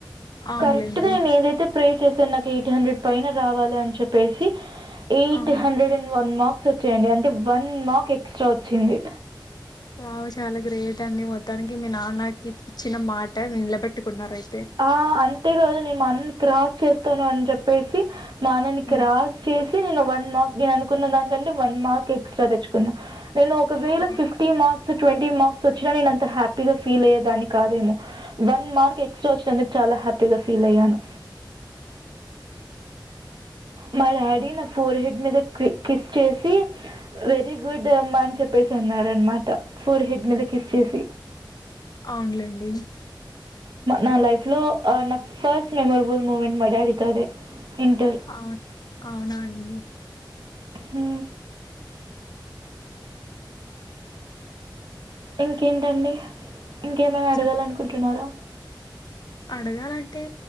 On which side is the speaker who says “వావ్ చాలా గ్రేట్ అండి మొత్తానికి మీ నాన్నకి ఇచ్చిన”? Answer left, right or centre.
Left